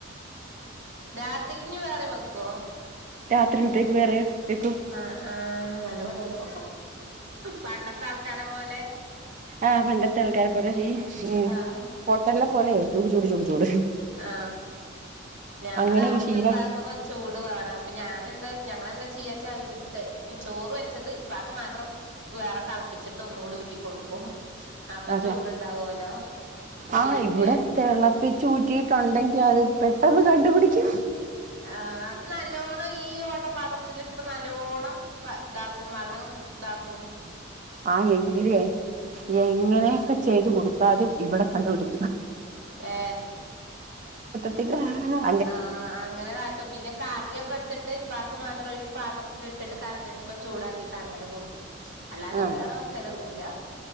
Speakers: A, on the right (about 60°); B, on the right (about 40°).
A: രാത്രിക്ക്ഞ്ഞ് വേറെ വെക്കോ?
B: രാത്രിൽത്തേക്ക് വേറെ വെക്കും
A: ആ ആ നല്ല പണിയാപ്പ. പണ്ടത്തെ ആൾക്കാരെ പോലെ
B: ആ പണ്ടത്തെ ആൾക്കാരെ പോലെ ഈ ഉം
A: ആഹ്
B: ഹോട്ടല്ലേ പോലെയെ ചൂട് ചൂട് ചൂട് ചൂട്.
A: ആ ഞങ്ങളവിടുത്തെ
B: അങ്ങനെ ഒരു ശീലം
A: പ്പാക്കക്കെ ചൂട് വാണം അപ്പ ഞാനെന്താ ഞങ്ങളെന്താ ചെയ്യാ ച്ചകിടുത്തെ ചോറ് വെച്ചത് ഇപ്പാക്ക് മാത്രം വേറെ തെളപ്പിച്ചിട്ട് ഒന്നുകൂടി ഊറ്റി കൊടുക്കും. അപ്പൊ
B: അതെയാ
A: ചൂടുണ്ടാവുവല്ലോ
B: ആ
A: പിന്നെ
B: ഇവിടെതെളപ്പിച്ചൂ ക്കിട്ടൊണ്ടെങ്കിയത് പെട്ടെന്ന് കണ്ടുപിടിക്കും.
A: ആ അത് നല്ലോണ്ണം ഈ ഓട്ടപാത്രത്തിലിട്ടിട്ട് നല്ലോണ്ണം വ താക്കും വള്ളം. താക്കും.
B: ആ എങ്ങനെ എങ്ങനെയെക്കെ ചെയ്ത് കൊടുത്താലും ഇവിടെ കണ്ടുപിടി
A: ഏ?
B: ഇതാ
A: ആ അങ്ങനെകാട്ടു പിന്നെ കറിയൊക്കെടുത്തിട്ട് ഇപ്പാക്ക് മാത്രം ഒരു പാത്രത്തിൽ ഇട്ടിട്ട് <unintelligible> മ്മ ചൂടാക്കിട്ട് അങ്ങനെ കൊടുക്കും അല്ലാതെ
B: ആഹ്
A: വേറെ വെക്കലൊന്നുല്ല.